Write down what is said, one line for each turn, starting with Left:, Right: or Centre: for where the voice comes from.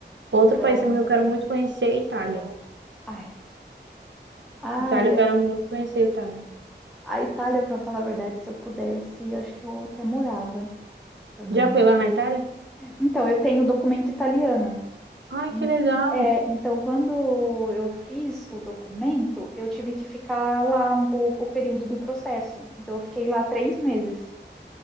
Right: Outro
Centre: Então,
Right: país também que eu quero muito conhecer é a Itália.
Centre: ai, ai,
Right: Itália, eu
Centre: ai.
Right: quero muito conhecer a Itália.
Centre: A Itália, para falar a verdade, se eu pudesse, acho que eu até morava também.
Right: Já foi lá na Itália?
Centre: Então, eu tenho documento italiano.
Right: Ai,
Centre: Em-
Right: que legal.
Centre: é, então, quando eu fiz o documento, eu tive que ficar lá um- o, o período do processo. Então, eu fiquei lá três meses.